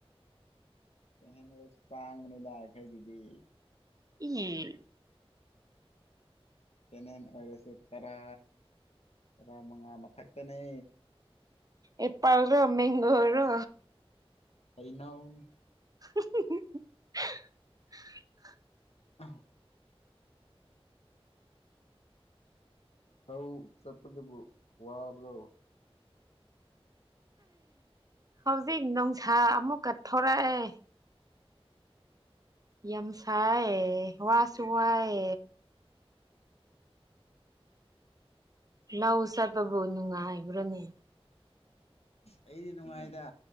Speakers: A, on the left; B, on the right.
A: ꯀꯩꯍꯦꯟꯅ ꯑꯣꯏꯁꯨ ꯇꯥꯡꯕꯅꯤ ꯂꯥꯛꯈꯩꯒꯤꯗꯤ
B: ꯎꯝ
A: ꯁꯦꯀꯦꯟ ꯍꯦꯟ ꯑꯣꯏꯔꯁꯨ ꯇꯔꯥ ꯇꯔꯥꯃꯉꯥ ꯃꯊꯛꯇꯅꯤ
B: ꯑꯦꯄꯥꯜ ꯔꯣ ꯃꯒꯣꯔꯣ
A: ꯍꯩꯅ ꯍꯅꯦ
B: <inaudible>
A: ꯑ ꯍ ꯆꯠꯄꯗꯕꯨ ꯋꯥꯕ꯭ꯔꯣ
B: ꯍꯧꯖꯤꯛ ꯅꯨꯡꯁꯥ ꯑꯃꯨꯛꯀ ꯊꯣꯔꯛꯑꯦ ꯌꯝꯁꯌꯦ ꯋꯥꯁꯨꯏ ꯂ ꯎꯁꯥ ꯄꯕꯨ ꯅꯨꯡꯉ ꯍꯥꯏꯕ꯭ꯔꯥꯅꯤ
A: ꯑꯩꯗꯤ ꯅꯨꯡꯉꯥꯏꯗ